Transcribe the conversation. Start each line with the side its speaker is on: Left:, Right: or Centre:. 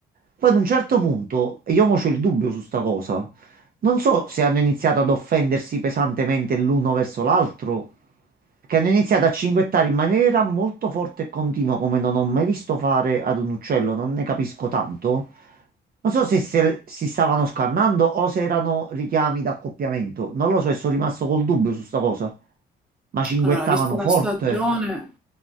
Right: Poi ad un certo punto, e io mo c'ho il dubbio su sta cosa, non so se hanno iniziato ad offendersi pesantemente l'uno verso l'altro che hanno iniziato a cinguettare in maniera molto forte e continua, come non ho mai visto fare ad un uccello, non ne capisco tanto. Non so se, se- si stavano scannando o se erano richiami d'accoppiamento, non lo so e sono rimasto col dubbio su sta cosa. Ma cinguettavano
Centre: Allora, vista la
Right: forte.
Centre: stagione,